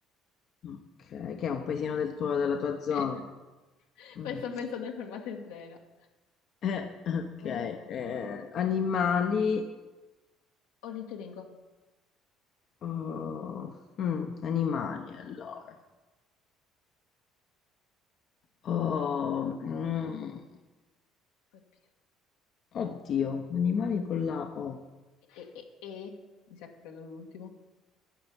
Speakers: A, on the left (about 55°); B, on the left (about 80°).
A: ok, che è un paesino del tuo- della tua zona.
B: Ok. <laughs>
A: Mm.
B: Questo penso dove fermate il treno.
A: Eh, ok,
B: O, o,
A: eh,
B: o-
A: animali.
B: ornitoringo.
A: oh, mm, animali, allora. Oh, mm.
B: Poi P.
A: Oddio, animali con la O.
B: E, e- e- Mi sa che ho preso l'ultimo.